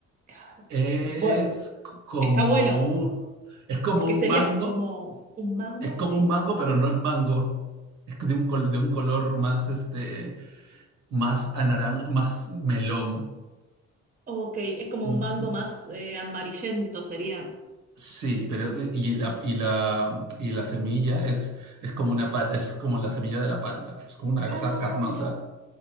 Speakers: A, on the right; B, on the right.
A: Claro.
B: es
A: Bueno,
B: como
A: está bueno,
B: un, es como
A: porque
B: un
A: serías
B: mango,
A: como un mango,
B: Es como
A: ok.
B: un mango, pero no es mango. Es de un, col- de un color más, este, más anaran, más melón.
A: Ok, es como
B: Mm,
A: un mango
B: mm.
A: más eh, amarillento, sería.
B: Sí, pero y la, y la, y la semilla es, es como una, pa- es como la semilla de la palta. Es como una
A: Ah,
B: cosa carnosa.
A: mira,